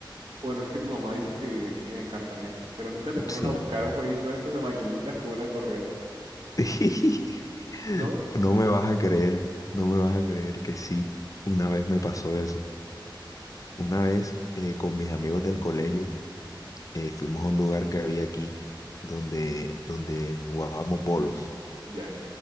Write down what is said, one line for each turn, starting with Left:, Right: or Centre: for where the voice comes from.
Right: Bueno, es que tu mamá dices que vivía en, en Cartagena, pero nunca te fueron
Left: Sí.
Right: a buscar un jueguito de estos de maquinitas con una correa.
Left: <laughs>
Right: ¿No?
Left: No me vas a creer, no me vas a creer que sí. Una vez me pasó eso. Una vez eh, con mis amigos del colegio eh, fuimos a un lugar que había aquí donde, donde jugábamos bolos.
Right: Ya.